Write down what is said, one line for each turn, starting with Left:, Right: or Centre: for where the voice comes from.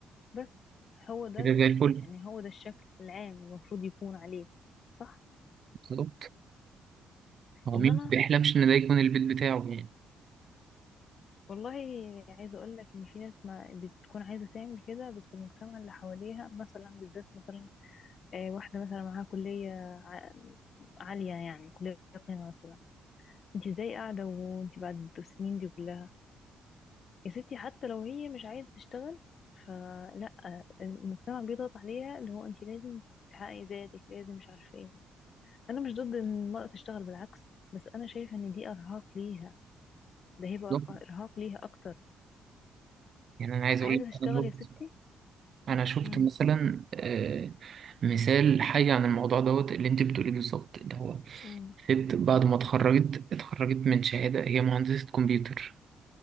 Left: بس هو ده
Right: كده زي الفل
Left: يعني هو ده الشكل العام المفروض يكون عليه صح
Right: بالظبط هو
Left: إنما
Right: ومين مش ما بيحلمش ان ده يكون البيت بتاعه يعني
Left: والله عايزة أقول لك إن في ناس ما بتكون عايزة تعمل كده بس المجتمع اللي حواليها مثلا بالذات مثلا آه، واحدة مثلا معاها كلية ع- عالية يعني كلية قيمة مثلا انت ازاي قاعدة وانت بعد السنين دي كلها يا ستي حتى لو هي مش عايزة تشتغل فلا المجتمع بيضغط عليها اللي هو انت لازم تحققي ذاتك لازم مش عارفة ايه انا مش ضد ان المرأة تشتغل بالعكس بس انا شايفة ان دي ارهاق ليها ده هيبقى
Right: بالظبط
Left: أرق- ارهاق ليها اكتر
Right: يعني انا عايز اقول
Left: عايزة
Right: لك
Left: تشتغل
Right: انا شفت
Left: يا ستي
Right: انا شفت
Left: امم
Right: مثلا آه، مثال حي عن الموضوع دوت اللي انت بتقوليه بالظبط اللي هو
Left: امم
Right: ست بعد ما اتخرجت اتخرجت من شهاده هي مهندسه كمبيوتر